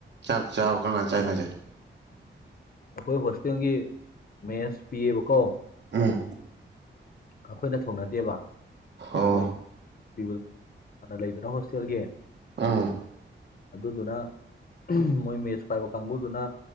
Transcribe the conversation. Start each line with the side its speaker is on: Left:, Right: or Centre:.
Right: ꯆꯥꯛ ꯆꯥꯕ ꯀꯔꯝꯀꯥꯟ ꯆꯥꯏꯅꯣ ꯍꯥꯏꯖꯦ
Left: ꯑꯩꯈꯣꯏ ꯍꯣꯁꯇꯦꯜꯒꯤ ꯃꯦꯁ ꯄꯤꯌꯦꯕꯀꯣ
Right: ꯎꯝ
Left: ꯑꯩꯈꯣꯏꯅ ꯊꯣꯡꯅꯗꯦꯕ
Right: ꯑꯣ
Left: ꯃꯣꯏ ꯄꯤꯕ <unintelligible> ꯂꯩꯗꯅ ꯍꯣꯁꯇꯦꯜꯒꯤ
Right: ꯎꯝ
Left: ꯑꯗꯨꯗꯨꯅ ꯃꯣꯏ ꯃꯦꯁ ꯄꯥꯏꯕ ꯀꯥꯡꯒꯨꯗꯨꯅ